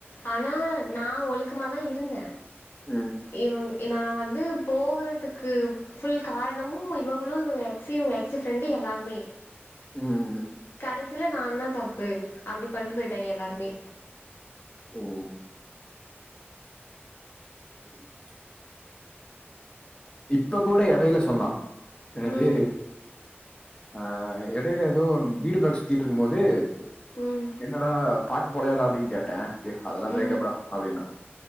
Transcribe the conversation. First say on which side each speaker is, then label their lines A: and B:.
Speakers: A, on the left; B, on the left.
A: ஆனா நா ஒழுக்கமா தா இருந்த
B: ம்
A: இவங் நா வந்து போகறதுக்கு ஃபுல் காரணமு இவங்களு இவங்க எக்ஸு இவங்க எக்ஸு ஃப்ரெண்டு எல்லாருமே
B: ம்
A: கடைசில நா தா தப்பு அப்டி பண்ணிட்டு போயிட்டாய்ங்க எல்லாருமே
B: ஓ <unintelligible> இப்ப கூட எடையில சொன்னா எனது
A: ம்
B: அ எடையில ஏதோ வீடு பாக்க சுத்திட்டு இருக்கு போது
A: ம்
B: என்னடா பாட் போலயாடா அப்டின்னு கேட்டேன் அதெல்லா
A: ம்
B: பிரேக் அப் டா அப்டின்னா